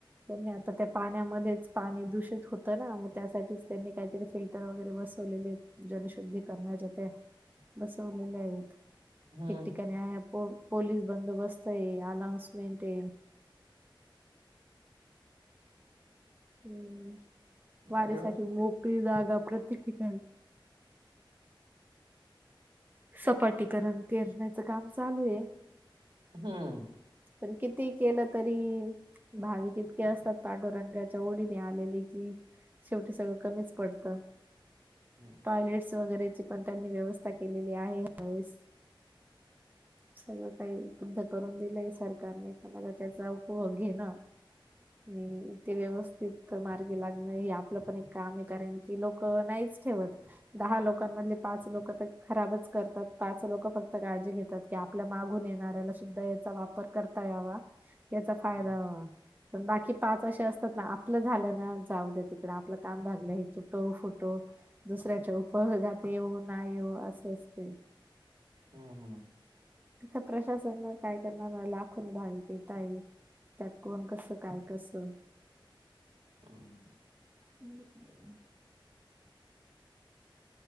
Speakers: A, on the right; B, on the right.
A: त्यांनी आता त्या पाण्यामध्येच पाणी दूषित होत ना मग त्यासाठीच त्यांनी कायतरीच फिल्टर वगैरे बसवलेलेत जलशुद्धी करणा जेवतय, बसवलेले आहेत,
B: हं.
A: ठिकठिक. पलीस बंदोबस्त आहे, अनौनसमेंट आहे. हम्म. वारीसाठी,
B: अरे वाह!
A: मोकळी, जागा, प्रत्येक ठिकाणी सपाटीकरण पेरण्याचं काम चालू आहे.
B: हम्म.
A: पण किती केलं तरी भाविक इतके असतात, पांडुरंगाच्या ओडीने आलेले की शेवटी सगळं कमीच पडतं,
B: हं,
A: टॉयलेट्स वगैरेचे पण त्यांनी व्यवस्था केलेली आहे या वेळेस. सगळं काय उपलब्ध करून दिलंय. सरकारने पण त्याचा उपभोग घेणं नाही तेे, व्यवस्थित मार्गे लागण, हे आपलं पण एक काम आहे, करायची कि, लोक नाहीच ठेवत दहा लोकांमधले, पाच लोक तर खराबच करतात. पाच लोक फक्त काळजी घेतात. कि आपल्या मागून येणाऱ्याला सुद्धा याचा वापर करता, यावा याचा फायदा
B: हं,
A: हवा पण बाकी पाच अशे असतात, ना आपलं झाल्या ना जाऊ द्या तिकड आपलं, काम भागलं हे तुटो फुटो दुसऱ्याच्या उपभोगात येऊना, येव असं असत.
B: हम्म - हम्म.
A: तिथं प्रशासन काय करणार, लाखोनी भाविक येता आहे. त्यात कोण, कसं काय कसं
B: <inaudible>
A: <inaudible>